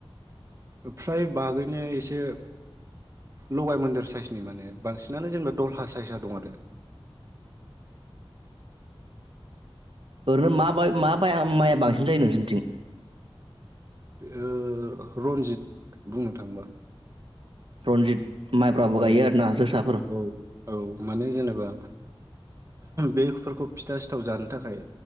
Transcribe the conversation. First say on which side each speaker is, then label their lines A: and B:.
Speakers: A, on the right; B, on the right.
A: ओफ्राय बागैनो एसे लगाय मोनदेर साइस। माने बांसिनानो जोंना दल हा। फायसा दं आरो
B: ओरैनो मा बाय मा बाय मा माइया बांसिन जायो नोंसोरनिथिं?
A: बेयो। रनजित बुंनो थाङोबा
B: रनजित माइब्राबो गायो
A: औ
B: आरोना जोसाफोर
A: औ औ माने जेनेबा। बेफोरखौ फिथा सिथाव जानो थाखाय